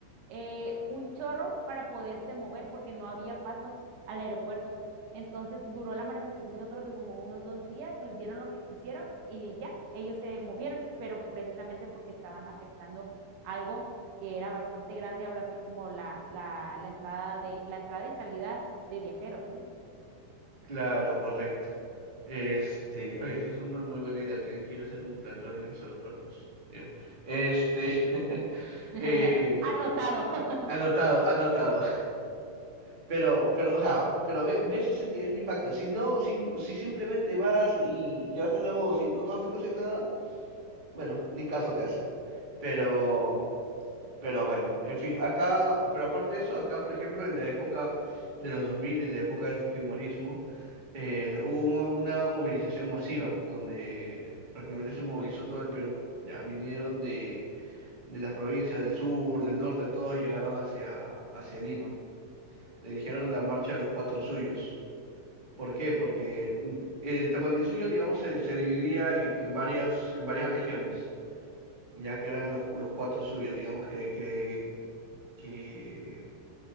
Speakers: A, on the right; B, on the right.
A: eh, un chorro para poderse mover porque no había paso al aeropuerto. Entonces duró la manifestación, yo creo que como unos dos días, les dieron lo que quisieron y ya, ellos se movieron, pero precisamente porque estaban afectando algo que era bastante grande, ahora sí como la, la, la entrada de, la entrada y salida de viajeros, ¿no?
B: claro, correcto. Este, oye, esa es una muy buena idea. Tienen que ir a hacer un plantón en los aeropuertos. Ya. Este, <laughs>
A: <laughs>
B: eh,
A: Anotado. <laughs>
B: anotado, anotado. Pero, pero, o sea, pero ve- ves ese nivel de impacto. Si no, si, si simplemente vas y levantas la voz y no, no afectas en nada, bueno, ni caso te hacen. Pero, pero bueno, en fin, acá, pero aparte de eso, acá, por ejemplo, en la época de los 2000, en la época del fujimorismo, eh, hubo mo- una movilización masiva donde prácticamente se movilizó todo el Perú. Ya vinieron de, de las provincias del sur, del norte, todos llegaron hacia, hacia Lima. Le dijeron la marcha de los cuatro suyos. ¿Por
A: Ok.
B: qué? Porque mm, el Tahuantinsuyo, digamos, se, se dividía en, en varias, en varias regiones, ya que eran los, los cuatro suyos, digamos, que, que, que